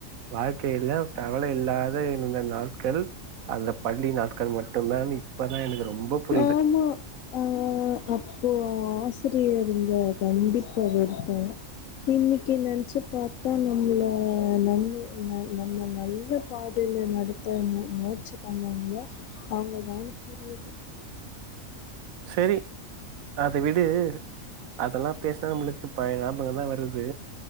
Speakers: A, on the right (about 80°); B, on the left (about 75°).
A: வாழ்க்கையில கவல இல்லாத இருந்த நாட்கள் அந்த பள்ளி நாட்கள் மட்டுந்தானு இப்பதா எனக்கு ரொம்ப புரியுது
B: ஆமா ஆ அப்போ ஆசிரியர் இருந்த கண்டிப்ப வெறுப்போ இன்னைக்கு நெனச்சி பத்தா நம்மளை நம் ந நம்ம நல்ல பாதையில நடத்த மு முயற்சி பண்ணவங்க அவங்கதானு புரியுது
A: செரி அத விடு அதெல்லா பேசினா நம்மளுக்கு பழைய ஞாபகோதா வருது